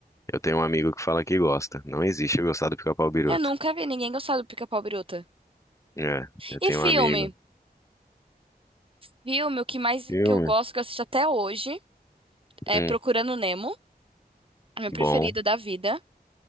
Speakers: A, on the left (about 20°); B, on the right (about 35°).
A: Eu tenho um amigo que fala que gosta. Não existe eu gostar do Pica-Pau Biruta.
B: Eu nunca vi ninguém gostar do Pica-Pau Biruta.
A: É, eu
B: E
A: tenho
B: filme?
A: um amigo.
B: Filme, o que mais
A: Filme?
B: que eu gosto, que eu assisto até hoje, é
A: Hum,
B: Procurando Nemo, é meu
A: bom.
B: preferido da vida.